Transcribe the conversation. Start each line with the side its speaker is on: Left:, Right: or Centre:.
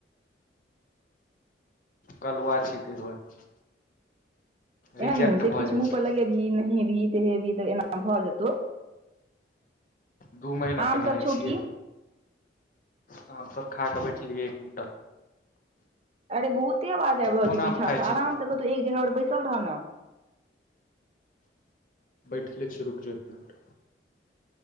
Left: कलुआ छियह ते दुआरे रिजेक्ट
Right: एना नहि होइ छै
Left: भऽ
Right: किछु
Left: जाइ
Right: मुँह
Left: छियै
Right: पर लगेबही नहेबही तेहेबही तऽ एना भऽ जेतौ
Left: दू महिना
Right: आम
Left: पय नहाय
Right: सब छौ
Left: छियै
Right: की
Left: हम सभ खा कऽ बैसलियै तऽ
Right: अरे, बहुते आवाज आबि रहल
Left: कोन
Right: छै। पीछा
Left: आम खाइ
Right: सँ।
Left: छी
Right: आराम
Left: तू
Right: सँ कतहु एक जगह पर बैसल रह ने।
Left: बैठले छियौ रुकि जो एक मिनट